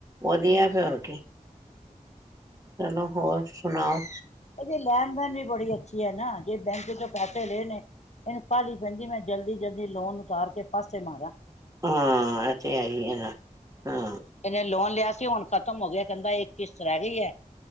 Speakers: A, on the right (about 25°); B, on the left (about 55°).
A: ਵਧੀਆ ਫੇਰ ਹੋਰ ਕੀ, ਚੱਲੋ ਹੋਰ ਸੁਣਾਓ?
B: ਇਹਦੀ ਲੈਣ ਦੇਣ ਵੀ ਬੜੀ ਅੱਛੀ ਹੈ ਨਾ ਜੇ ਬੈਂਕ ਚੋਂ ਪੈਸੇ ਲਏ ਨੇ ਇਹਨੂੰ ਕਾਹਲੀ ਪੈਂਦੀ ਮੈਂ ਜਲਦੀ ਜਲਦੀ ਲੋਨ ਉਤਾਰ ਕੇ ਪਾਸੇ ਮਾਰਾ
A: ਹਾਂ ਇਹ ਤੇ ਹੈ ਹੀ ਹੈ ਨਾ ਹਾਂ,
B: ਇਹਨੇ ਲੋਨ ਲਿਆ ਸੀ ਹੁਣ ਖ਼ਤਮ ਹੋ ਗਿਆ ਕਹਿੰਦਾ ਇਕ ਕਿਸ਼ਤ ਰਹਿ ਗਈ ਹੈ।